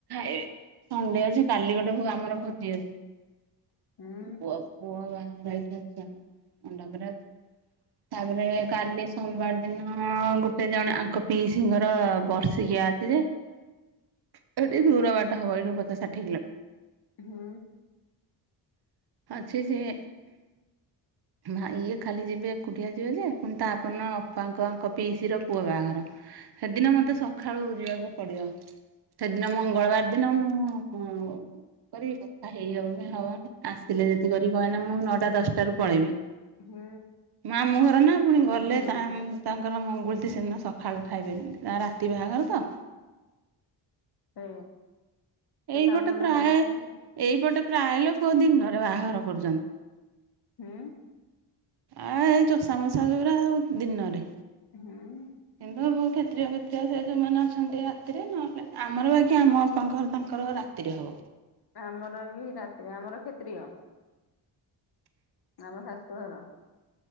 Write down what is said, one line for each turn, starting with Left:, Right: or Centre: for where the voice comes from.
Right: ସଣ୍ଡେ ଅଛି କାଲି ଗୋଟେ ଭୋ ଆମର ଭୋଜି ଅଛି
Left: ହୁଁ
Right: ପୁଅ ପୁଅ ବାହାଘର ଏଇଠି ଅଛି ମଣ୍ଡପରେ ଅଛି। ତାପରେ କାଲି ସୋମବାର ଦିନ ଗୋଟେ ଜଣେ ଆଙ୍କ ପିଇସିିଙ୍କର ବର୍ଷିଖିଆ ଅଛି ଯେ ଏଟୁ ଟିକେ ଦୂର ବାଟ ହବ ଏଠୁ ପଚାଶ ଷାଠିଏ କିଲୋ
Left: ହୁଁ।
Right: ଅଛି ସିଏ ଭାଇ ଇଏ ଖାଲି ଯିବେ ଏକୁଟିଆ ଯିବେ ଯେ ପୁଣି ତାପର ଦିନ ଅପାଙ୍କ ଆଙ୍କ ପିଇସିର ପୁଅ ବାହାଘର ସେଦିନ
Left: ହୁଁ
Right: ମତେ ସ ସଖାଳୁ ଯିବାକୁ ପଡିବ ସେଦିନ ମଙ୍ଗଳବାର ଦିନ ମୁଁ କରିବି କଥା ହେଇ ହବନି ହବନି ଆସିଲେ ଯଦି କରିବି କ କାଇଁନା ମୁଁ ନଅଟା ଦଶଟାରୁ ପଳେଇବି।
Left: ହୁଁ।
Right: ମାମୁଁ ଘର ନା ପୁଣି ଗଲେ
Left: ହୁଁ
Right: ତାଙ୍କର ମଙ୍ଗୁଳିଟି ସେଦିନ ସକାଳୁ ଖାଇବେ ଯେମିତି ତାର ରାତି ବାହାଘର ତ
Left: ହୁଁ ସେ
Right: ଏଇପଟେ
Left: କାମ
Right: ପ୍ରାୟ
Left: ଧନ୍ଦା ସବୁ
Right: ଏଇପଟେ ପ୍ରାୟେ ଲୋକ ଦିନରେ ବାହାଘର କରୁଛନ୍ତି।
Left: ହୁଁ।
Right: ଆ ଏ ଚଷା ମଶା ଯୌଗୁର ସବୁ ଦିନରେ।
Left: ହୁଁ
Right: ହ <unintelligible> କ୍ଷେତ୍ରୀୟ ଫେତ୍ରିୟ ସେ ଯୋଉମାନେ ଅଛନ୍ତି ରାତିରେ ନହେଲେ ଆମର ବାକି ଆମ ଅପାଙ୍କ ଘର ତାଙ୍କ। ତାଙ୍କର ରାତିରେ ହବ।
Left: ଆମର ବି ରାତିରେ ଆମର କ୍ଷତ୍ରୀିୟ ଆମ ଶାଶୁଘର।